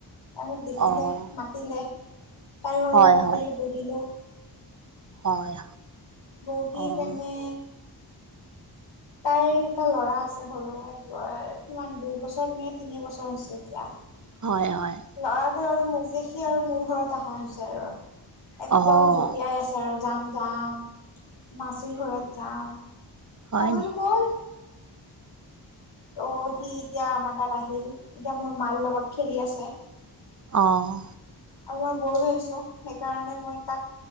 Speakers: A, on the left; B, on the right.
A: অ, মোক দেখিলে
B: অঁ
A: মাতিলে তাইৰ ঘৰত
B: হয়
A: অলপ
B: হয়
A: দেৰি বহিলো
B: হয়।
A: বহি
B: অঁ
A: পেনে তাইৰ এটা ল'ৰা আছে সৰু এক কিমান দুই বছৰ নে তিনি বছৰ হৈছে এতিয়া।
B: হয়, অয়।
A: ল'ৰাটো আৰু মোক দেখি আৰু মোৰ ঘৰত আহা হৈছে আৰু একদম
B: অঁ
A: জঁপিয়াই আছে। যাম -যাম মাচিৰ ঘৰত যাম মই
B: হয়
A: বোলো
B: নি
A: বল ত'
B: অঁ
A: সি এতিয়া আমাৰ তাত আহিল এতিয়া মোৰ মাৰ লগত খেলি আছে।
B: অ',
A: অ, মই বৰ হৈ আছো সেইকাৰণে মই তাক